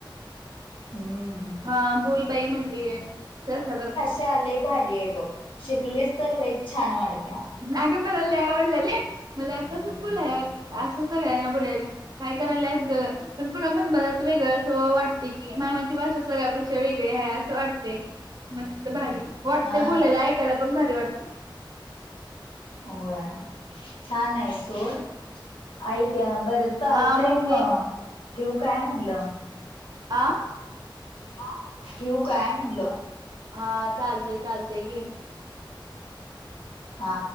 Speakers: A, on the left; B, on the right.
A: होय.
B: हा बोल बाई म्हणलीय, त्या साधार
A: चाल लय भारी हाय बघ, शिकली तर लईच छान वाटत्या.
B: अगं मला लेय आवडलेली,, मला आताच बोलाय असं सगळ्यांना बोलाय की काय कराल्यास गं पण मजा मला वेगळं असं वाटतय की, मामा माझी भाषा सगळ्यापेक्षा वेगळी हाय असं वाटतय मस्त भारी, वाटतय
A: हा
B: बोलायला ऐकायला पण भारी वाटतय.
A: होय, छान आहे सोड, आईक बरं चालतय
B: हा तेच
A: मग,, ठिवू काय म्हणलं.
B: आ
A: हा,, ठिऊ काय म्हणलं.
B: हा चालतय चालतय घे.
A: हा.